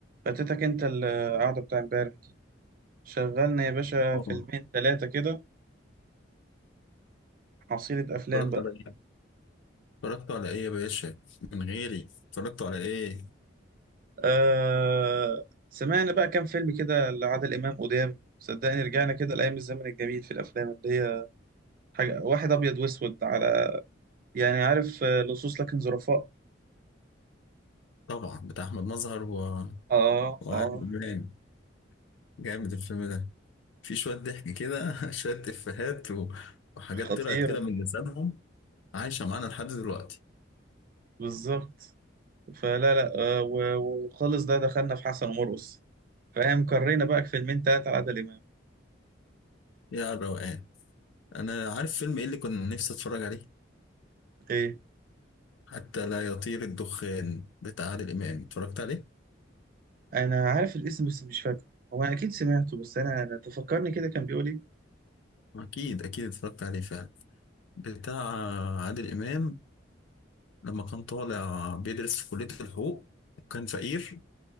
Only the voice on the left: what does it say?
اه
اتفرجت
على ايه؟ اتفرجت على ايه يا باشا؟ من غيري اتفرجت على ايه؟
طبعا بتاع احمد مظهر و...
وعادل
امام جامد الفيلم ده في شويه ضحك كده <laughs> شويه افيهات و... وحاجات
طلعت كده من لسانهم عايشه معانا لحد دلوقتي
يا الروقان انا عارف فيلم ايه اللي كنت نفسي اتفرج عليه؟
حتى لا يطير الدخان بتاع عادل امام اتفرجت عليه؟
اكيد اكيد اتفرجت عليه فعلا بتاع عادل امام لما كان طالع بيدرس في كلية الحقوق وكان فقير